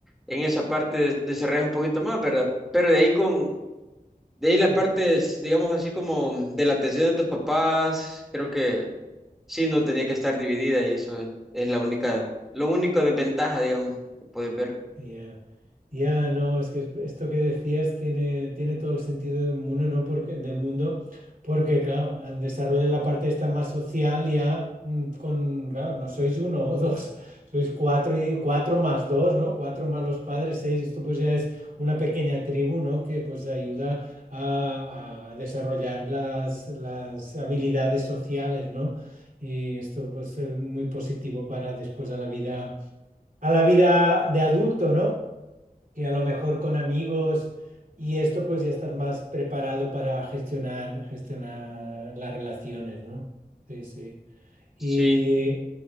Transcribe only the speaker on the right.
tra-
Ya, ya, no, es que es- esto que decías tiene, tiene todo el sentido del mundo, ¿no? Porque, del mundo, porque, claro, al desarrollo de la parte esta más social ya, mm, con, claro, no sois uno o dos, <laughs> sois cuatro y cuatro más dos, ¿no? Cuatro más los padres, seis, esto pues ya es una pequeña tribu, ¿no? Que pues ayuda a, a desarrollar las, las habilidades sociales, ¿no? Y esto pues es muy positivo para después a la vida, a la vida de adulto, ¿no? que a lo mejor con amigos y esto pues ya estás más preparado para gestionar, gestionar las relaciones, ¿no? Sí, sí. Y,